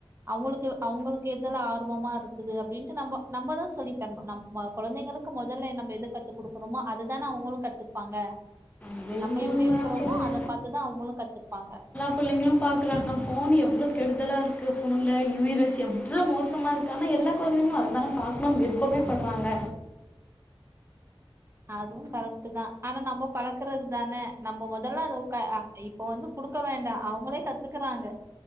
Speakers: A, on the right; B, on the left.
A: அவுங்களுக்கு அவுங்களுக்கு எதுல்லா ஆர்வமா இருக்குது அப்டின்ட்டு நம்ப நம்பதா சொல்லி தர்ணு நம் மா கொழந்தைங்களுக்கு மொதல்ல என்ன நம்ம என் எத கத்து குடுக்குறோமோ அதுதான அவுங்களு கத்துப்பாங்க
B: அது
A: நம்ம
B: என்னமோ
A: எப்டி
B: உண்மைதான்
A: இருக் க்குறோமோ
B: தோழி
A: அத பாத்துதா அவுங்களு கத்துப்பாங்க
B: புள்ளைங்களு பாக்குறாங்க போன் எவ்ளோ கெடுதலா இருக்கு போன்ல யூ ஐய் ரேஸ் எவ்ளோ மோசமா இருக் க்கானா எல்லா கொழந்தைங்களு அத தாங்க பாக்கனுன் விருப்பமே பட்றாங்க
A: அதுவு கரெக்ட்டுதா ஆனா நம்ப பழக்குறது தானே நம்ப மொதல்ல அத உக்க அ இ ப்ப வந்து குடுக்க வேண்டா அவுங்களே கத்துக்குறாங்க